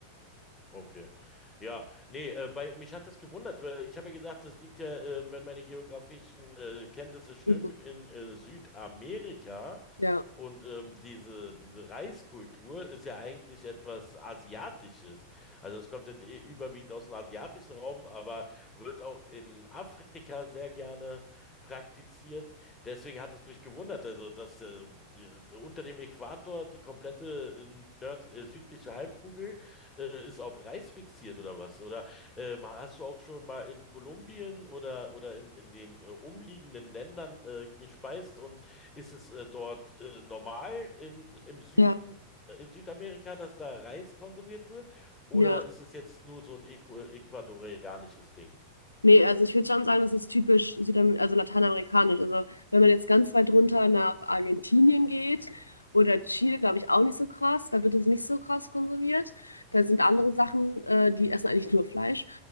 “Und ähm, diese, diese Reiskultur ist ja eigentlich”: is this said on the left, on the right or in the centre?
Left